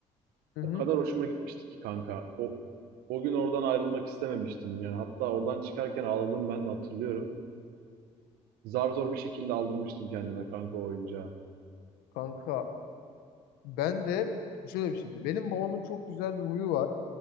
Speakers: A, on the left; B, on the right.
A: Hı
B: O
A: hı.
B: kadar hoşuma gitmişti ki kanka. O o gün oradan ayrılmak istememiştim. Yani hatta oradan çıkarken ağladım ben de hatırlıyorum. Zar zor bir şekilde aldırmıştım kendime kanka o oyuncağı.
A: Kanka ben de şöyle bir şeydi. Benim babamın çok güzel bir huyu var.